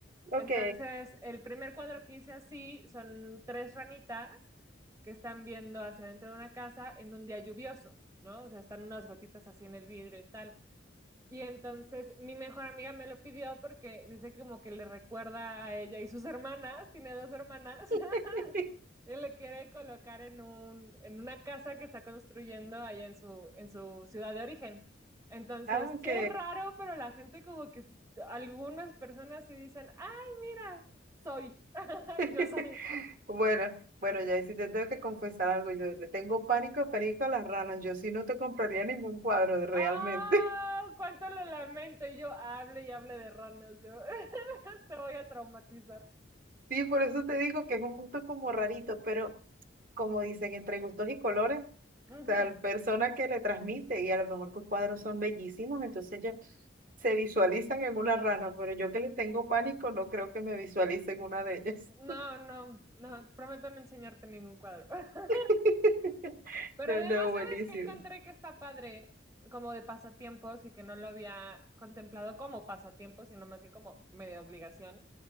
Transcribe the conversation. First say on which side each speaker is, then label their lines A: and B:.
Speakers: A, on the right (about 45°); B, on the right (about 15°).
A: Ok.
B: Entonces, el primer cuadro que hice así son tres ranitas que están viendo hacia adentro de una casa en un día lluvioso, ¿no? O sea, están unas gotitas así en el vidrio y tal. Y entonces mi mejor amiga me lo pidió porque dice que como que le recuerda a ella y sus hermanas, tiene dos hermanas, <laughs>
A: <laughs>
B: él le quiere colocar en un, en una casa que está construyendo allá en su, en su ciudad de origen. Entonces,
A: Ah, ok.
B: sí es raro, pero la gente como que s- algunas personas sí dicen, ay, mira, soy, <laughs>
A: <laughs>
B: yo soy.
A: Bueno, bueno, ya y si te tengo que confesar algo, yo le tengo pánico, pánico a las ranas, yo sí no te compraría ningún cuadro de- realmente.
B: ¡Ah!
A: <laughs>
B: ¡Cuánto lo lamento! Y yo hable y hable de ranas, yo <laughs> te voy a traumatizar.
A: Sí, por eso te digo que es un gusto como rarito, pero como dicen, entre gustos y colores,
B: Ujú.
A: o sea, la persona que le transmite, y a lo mejor tus cuadros son bellísimos, entonces ya se visualizan en una rana, pero yo que le tengo pánico, no creo que me visualice en una de ellas.
B: No, no, no, prometo no enseñarte ningún cuadro. <laughs>
A: <laughs>
B: Pero
A: No,
B: además,
A: no,
B: ¿sabes
A: buenísimo.
B: qué encontré que está padre como de pasatiempos y que no lo había contemplado como pasatiempos, sino más bien como medio obligación?